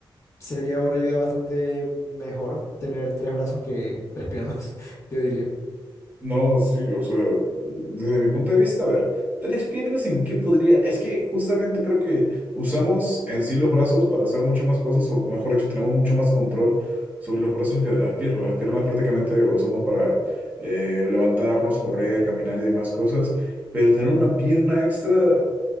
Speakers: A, on the left (about 35°); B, on the right (about 20°).
A: sería una ayuda bastante mejor tener tres brazos que tres piernas, <laughs> yo diría.
B: No, sí, o sea, desde mi punto de vista, a ver, tres piernas en qué podría, es que justamente creo que usamos en sí los brazos para hacer muchas más cosas, o mejor dicho, tenemos mucho más control sobre los brazos que de las piernas. Las piernas prácticamente lo usamos para eh, levantarnos, correr, caminar y demás cosas, pero tener una pierna extra